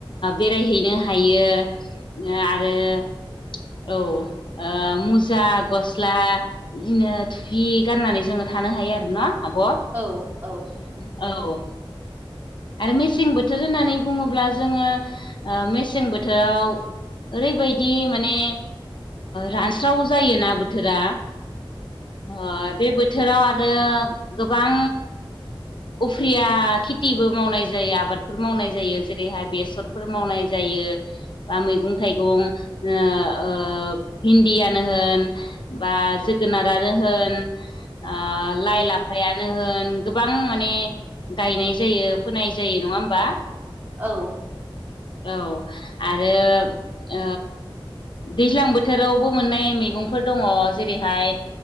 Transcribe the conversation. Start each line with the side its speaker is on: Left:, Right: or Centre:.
Left: बेरायहैनो हायो। आरो औ मुजा गस्ला बिदिनो थुफि गाननानै जोङो थानो हायो आरोन' आब'?
Right: औ औ
Left: औ आरो मेसें बोथोर होननानै बुङोब्ला जोङो मेसें बोथोराव ओरैबायदि माने रानस्राव जायोना बोथोरा ह बे बो बोथोराव आरो गोबां उफ्रिया खेथिबो मावनाय जायो आबादफोर मावनाय जायो जेरैहाय बेसरफोर मावनाय जायो बा मैगं थाइगं ओ भिन्दियानो होन बा जोगोनारानो होन ओ लाइ लाफायानो होन गोबां माने गायनाय जायो। फोनाय जायो नङा होमबा?
Right: औ
Left: औ आरो दैज्लां बोथोरावबो मोननाय मैगंफोर दङ जेरैहाय